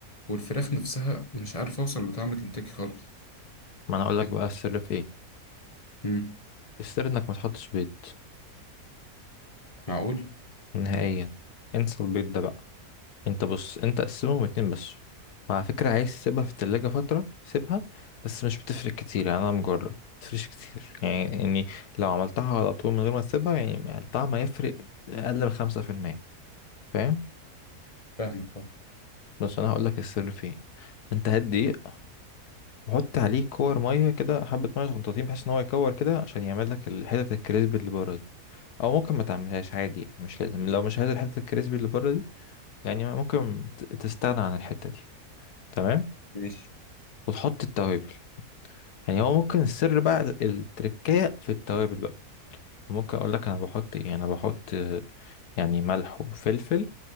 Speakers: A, on the left; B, on the left.
A: والفراخ نفسها مش عارف اوصل لطعم كنتاكي خالص
B: ما انا اقول لك بقى السر في ايه
A: امم
B: السر انك ما تحطش بيض
A: معقول
B: نهائيا انسى البيض ده بقى انت بص انت قسمهم اتنين بس وعلى فكرة عايز تسيبها في التلاجة فترة سيبها بس مش بتفرق كتير يعني انا مجرب متفرقش كتير يعني يعني لو عملتها على طول من غير ما تسيبها يعني الطعم هيفرق اقل من خمسة في المية فاهم
A: فاهمك اه
B: بس انا هقولك السر فين انت هات دقيق وحط عليه كور مية كده حبة مية صغنطاطين بحيث ان هو يكور كده عشان يعمل لك الحتت الكريسبي اللي بره دي او ممكن ما تعملهاش عادي يعني مش لازم لو مش عايز الحتت الكريسبي اللي بره دي يعني ممكن ت- تستغنى عن الحتة دي تمام
A: ماشي
B: وتحط التوابل يعني هو ممكن السر بقى التركية في التوابل بقى ممكن اقول لك انا بحط ايه انا بحط آه، يعني ملح وفلفل